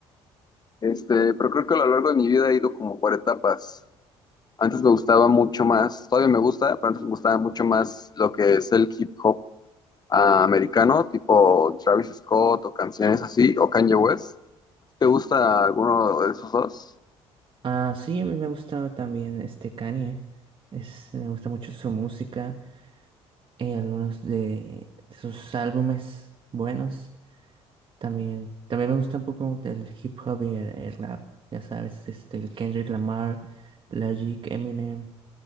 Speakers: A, on the left; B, on the right.
A: Este, pero creo que a lo largo de mi vida he ido como por etapas. Antes me gustaba mucho más, todavía me gusta, pero antes me gustaba mucho más lo que es el hip hop ah, americano, tipo Travis Scott o canciones así, o Kanye West. ¿Te gusta alguno de esos dos?
B: Ah, sí, a mí me gusta también este Kanye. Es, me gusta mucho su música. eh, algunos de, de sus álbumes buenos. También, también me gusta un poco el hip hop y el, el rap, ya sabes, este, el Kendrick Lamar, Logic, Eminem,